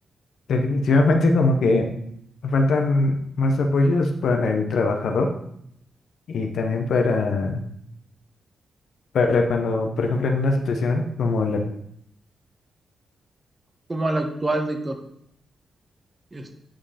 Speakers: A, on the left; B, on the right.
A: definitivamente como que faltan más apoyos para el trabajador y también para, para cuando, por ejemplo, en una situación como la
B: como el actual de co- es-